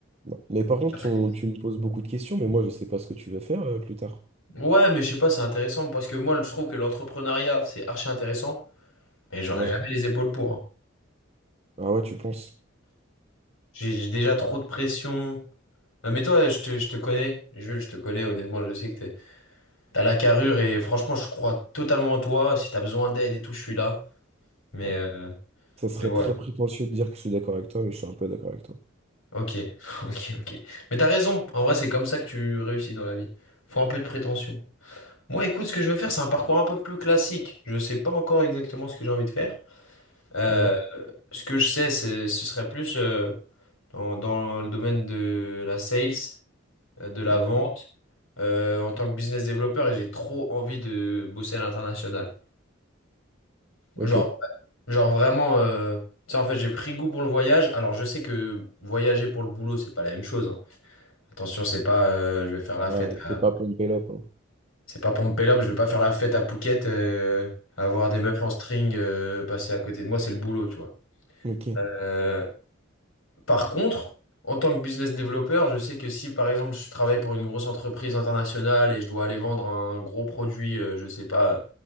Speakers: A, on the right; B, on the left.
A: non. Mais par contre,
B: Pas très-
A: on- tu me poses beaucoup de questions, mais moi, je sais pas ce que tu veux faire, euh, plus tard.
B: Ouais, mais je sais pas, c'est intéressant parce que moi, je trouve que l'entrepreneuriat, c'est archi intéressant, mais j'aurais
A: Ouais.
B: jamais les épaules pour. hein.
A: Ah ouais, tu penses?
B: J'ai j'ai déjà trop de pression. Euh, mais toi, je te, je te connais, Jules, je te connais, honnêtement, je sais que t'es- t'as la carrure et franchement, je crois totalement en toi. Si t'as besoin d'aide et tout, je suis là. Mais,
A: Ouais.
B: euh,
A: Ça serait
B: mais voilà.
A: très prétentieux de dire que je suis d'accord avec toi, mais je suis un peu d'accord avec toi.
B: Ok, <laughs> ok, ok. Mais t'as raison, en vrai c'est comme ça que tu réussis dans la vie. Faut un peu de prétention. Moi écoute, ce que je veux faire c'est un parcours un peu plus classique. Je sais pas encore exactement ce que j'ai envie de faire. Euh,
A: Ouais,
B: ce que je sais c'est ce serait plus euh, dans, dans le domaine de la sales, euh, de la
A: ouais,
B: vente, euh, en tant que business développeur et j'ai trop envie de bosser à l'international.
A: ok.
B: Genre, genre vraiment, euh, tu sais, en fait j'ai pris goût pour le voyage. Alors je sais que voyager pour le boulot c'est pas la même chose, hein. Attention, c'est pas euh, je vais faire la
A: Ouais,
B: fête à...
A: t'es pas pompé là, quoi.
B: c'est pas pour me pélo, je vais pas faire la fête à Phuket, euh, avoir des meufs en string euh, passer à côté de moi, c'est le boulot, tu vois.
A: Ok,
B: Euh, par contre, en tant que business développeur, je sais que si par exemple je travaille pour une grosse entreprise internationale et je dois aller vendre un gros produit, euh, je sais pas,